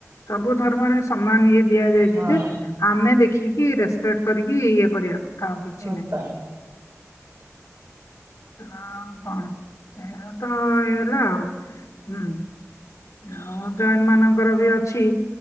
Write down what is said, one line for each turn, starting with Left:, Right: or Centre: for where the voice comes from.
Left: ସବୁ ଧ ନର୍ମରେ ସମ୍ମାନ ଇଏ ଦିଆଯାଇଛି
Right: ହଁ
Left: ଯେ ଆମେ ଦେଖିକି ରେସପେକ୍ଟ କରିକି ଇଏ କରିବାକୁ। ଆଉ କିଛିନାହିଁ।
Right: ହଁ ତ
Left: ଆଉ କଣ ଏହା ତ ହେଇଗଲା ଆଉ ହୁଁ। ଆଉ ଜୈନମାନଙ୍କର ବି ଅଛି